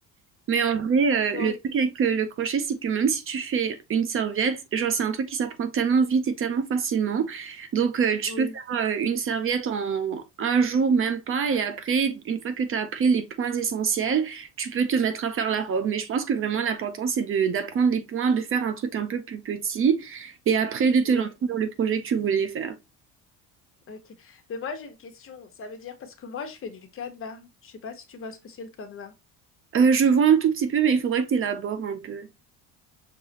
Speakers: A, on the right; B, on the left.
A: Mais en vrai,
B: Donc,
A: euh, le truc avec euh, le crochet, c'est que même si tu fais une serviette, genre c'est un truc qui s'apprend tellement vite et tellement facilement. Donc euh, tu
B: Oui,
A: peux faire euh, une serviette en un jour, même pas, et après, une fois que tu as appris les points essentiels, tu peux te mettre à faire la robe. Mais je pense que vraiment l'important, c'est de d'apprendre les points, de faire un truc un peu plus petit, et après de te
B: oui,
A: lancer dans le projet que tu voulais faire.
B: ok. Mais moi, j'ai une question. Ça veut dire, parce que moi, je fais du canevas. Je sais pas si tu vois ce que c'est le canevas.
A: Euh, je vois un tout petit peu, mais il faudrait que tu élabores un peu.